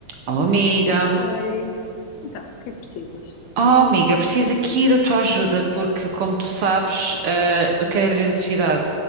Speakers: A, on the right; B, on the left.
A: Alô, amiga.
B: Oi, então, o que é que precisas?
A: Oh, amiga, preciso aqui da tua ajuda, porque, como tu sabes, eh, eu quero abrir atividade